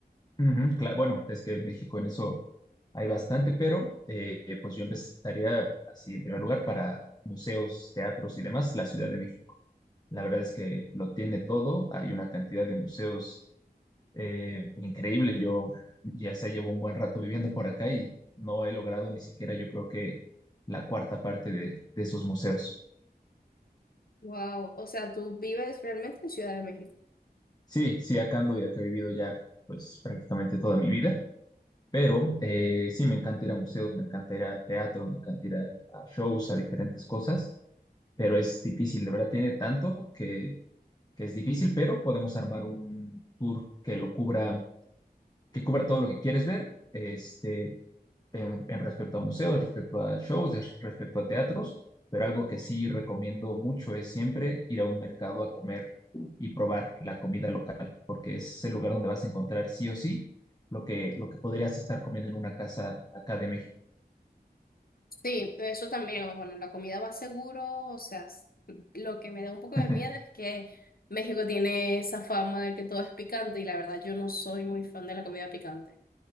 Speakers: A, on the left; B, on the left.
A: Ujú, cla- bueno, es que México en eso hay bastante, pero eh, eh, pues yo empezaría así en primer lugar para museos, teatros y demás, la Ciudad de México. La verdad es que lo tiene todo, hay una cantidad de museos Eh, increíble, yo ya se llevo un buen rato viviendo por acá y no he logrado ni siquiera, yo creo que la cuarta parte de, de esos museos.
B: Wow, o sea, tú vives realmente en Ciudad de México.
A: Sí, sí, acá ando y acá he vivido ya pues prácticamente toda mi vida, pero eh, sí, me encanta ir a museos, me encanta ir a teatro, me encanta ir a, a shows, a diferentes cosas, pero es difícil, de verdad tiene tanto que, que es difícil, pero podemos armar un tour que lo cubra, que cubra todo lo que quieres ver. Este, en, en respecto a museos, respecto a shows, des- respecto a teatros, pero algo que sí recomiendo mucho es siempre ir a un mercado a comer y probar la comida local, porque es el lugar donde vas a encontrar sí o sí lo que, lo que podrías estar comiendo en una casa acá de México.
B: Sí, eso también, bueno, la comida va seguro, o sea, s- lo que me da un poco
A: <laughs>
B: de miedo es que México tiene esa fama de que todo es picante y la verdad yo no soy muy fan de la comida picante.